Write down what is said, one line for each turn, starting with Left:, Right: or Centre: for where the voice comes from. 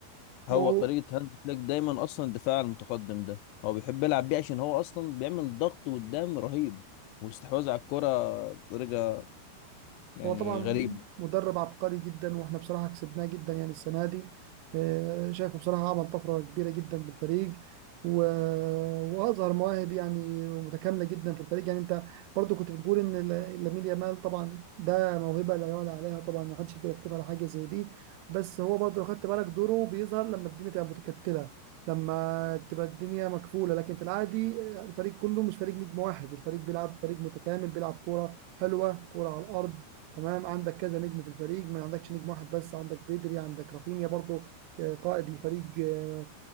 Left: هو
Right: بالترجمة
Left: طريقة
Right: نانسي قنقر
Left: هانز فليك دايما اصلا الدفاع المتقدم ده هو بيحب يلعب بيه عشان هو اصلا بيعمل ضغط قدام رهيب واستحواذ على الكرة بطريقة يعني
Right: هو طبعا
Left: غريبة
Right: مدرب عبقري جدا واحنا بصراحة كسبناه جدا يعني السنة دي آه، شايفه بصراحة عمل طفرة كبيرة جدا بالفريق و... وأظهر مواهب يعني متكاملة جدا في الفريق يعني أنت برضو كنت بتقول إن ل- لامين يامال طبعا ده موهبة لا يعلى عليها طبعا ما حدش يقدر يكتب على حاجة زي دي بس هو برضو لو خدت بالك دوره بيظهر لما الدنيا تبقى متكتلة لما تبقى الدنيا مكفولة لكن في العادي آه، الفريق كله مش فريق نجم واحد الفريق بيلعب فريق متكامل بيلعب كورة حلوة كورة على الأرض تمام عندك كذا نجم في الفريق ما عندكش نجم واحد بس عندك بيدري عندك رافينيا برضو قائد الفريق آه،